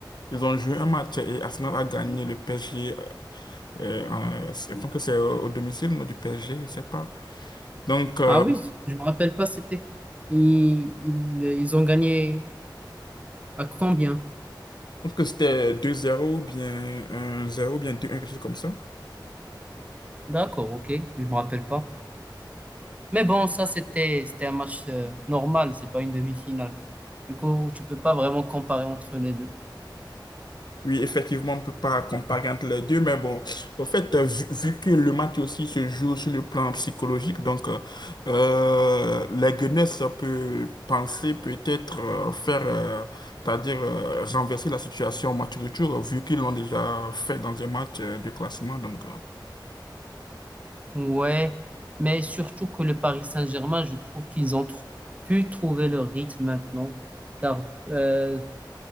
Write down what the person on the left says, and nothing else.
ils ont joué un match et Arsenal a gagné le PSG. euh, en- je pense que c'est au, au domicile non, du PSG, je sais pas. Donc, euh,
je
pense que c'était deux zéro ou bien un zéro ou bien deux un quelque chose comme ça.
Oui, effectivement, on ne peut pas comparer entre les deux, mais bon, au fait, euh, vu, vu que le match aussi se joue sur le plan psychologique, donc euh, euh, la Guinness peut penser peut-être euh, faire, euh, c'est-à-dire euh, renverser la situation au match retour, euh, vu qu'ils l'ont déjà fait dans un match euh, de classement. Donc, euh,